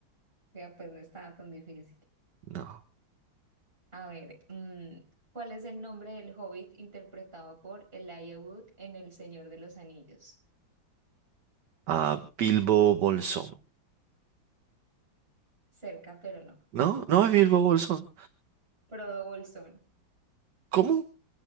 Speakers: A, on the right (about 30°); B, on the right (about 65°).
A: ya pues no estaba tan difícil.
B: No.
A: A ver, mm, ¿cuál es el nombre del hobbit interpretado por Elijah Wood en El Señor de los Anillos?
B: Ah, Bilbo Bolsón.
A: Cerca, pero no.
B: No, no es Bilbo Bolsón.
A: Frodo Bolsón.
B: ¿Cómo?